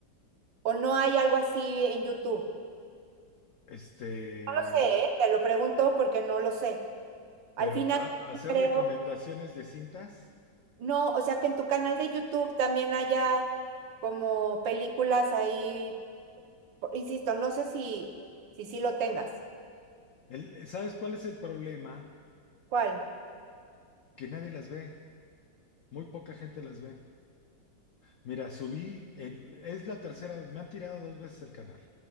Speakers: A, on the right; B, on the left.
A: ¿O no hay algo así en YouTube?
B: este,
A: No lo sé, ¿eh? Te lo pregunto porque no lo sé. Al
B: pero
A: final
B: a- hacer
A: creo,
B: recomendaciones de cintas,
A: no, o sea que en tu canal de YouTube también haya como películas ahí, po- insisto, no sé si si sí lo tengas.
B: el- ¿sabes cuál es el problema?
A: ¿Cuál?
B: Que nadie las ve, muy poca gente las ve. Mira, subí, el- es la tercera vez, me han tirado dos veces el canal,